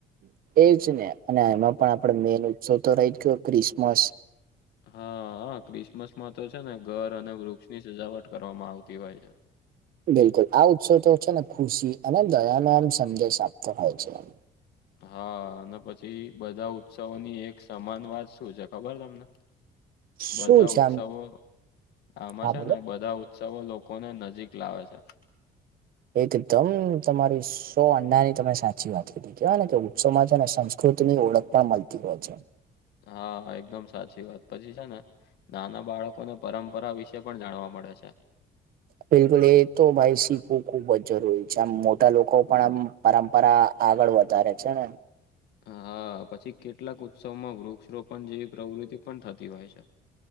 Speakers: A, on the right; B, on the left.
A: એજ ને અને એમાં પણ આપડે મેન ઉત્સવ તો રહી ગયો ક્રિસમસ
B: હ હ ક્રિસમસમાં તો છે, ને ઘર અને વૃક્ષની સજાવટ કરવામાં આવતી હોય છે.
A: બિલકુલ આ ઉત્સવ તો છે, ને ખુશી અને દયાનો આમ સંદેશ આપતો હોય છે.
B: હ અને પછી બધા ઉત્સવોની એક સમાન વાત શું છે ખબર તમને?
A: શું
B: બધા
A: છે
B: ઉત્સવો
A: આમ
B: આમાં
A: હા
B: છે,
A: બોલો
B: ને બધા ઉત્સવ લોકોને નજીક લાવે છે.
A: એકદમ તમારી સો અન્નાની તમે સાચી વાત કીધી કેવાય ને કે ઉત્સવમાં <unintelligible> કૃતની ઓળખ પણ મલતી હોય છે.
B: હ એકદમ સાચી વાત પછી છે, ને નાના બાળકોને પરંપરા વિશે પણ જાણવા મળે છે‌.
A: બિલકુલ એ તો ભાઈ શીખવું ખૂબ જ જરૂરી છે, આમ મોટા લોકો પણ આમ પરંપરા આગળ વધારે છે, ને
B: હ પછી કેટલાક ઉત્સવમાં વૃક્ષરોપણ જેવી પ્રવૃત્તિ પણ થતી હોય છે.